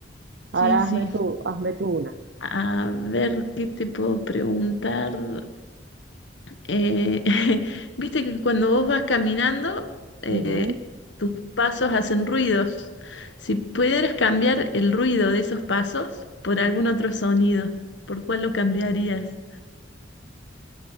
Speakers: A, on the right (about 65°); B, on the left (about 85°).
A: Ahora
B: Sí, sí.
A: hazme tú, hazme tú una.
B: A ver, ¿qué te puedo preguntar? Eh, <laughs> viste que cuando vos vas caminando, eh,
A: Ujú,
B: tus pasos hacen ruidos. Si pudieras cambiar el ruido de esos pasos por algún
A: ujú.
B: otro sonido, ¿por cuál lo cambiarías?